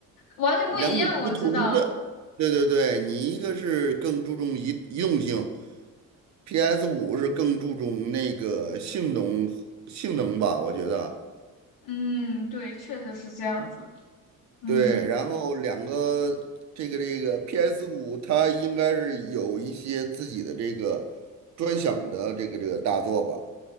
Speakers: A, on the left; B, on the right.
A: 完全不一样，
B: 两种不同的。
A: 我知道。
B: 对对对，你一个是更注重移移动性，PS 五是更注重那个性能性能吧，我觉得。
A: 嗯，对，确实是这样子。嗯
B: 对，然后两个这个这个 p s 五，它应该是有一些自己的这个专享的这个这个大作吧。